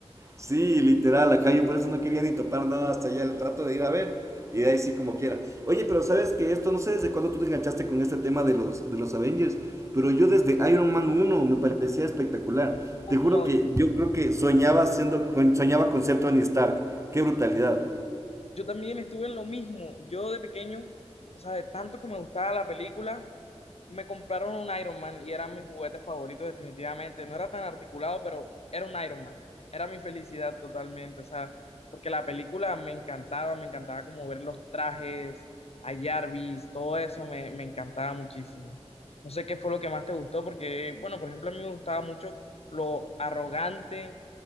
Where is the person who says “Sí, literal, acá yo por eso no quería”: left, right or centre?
Right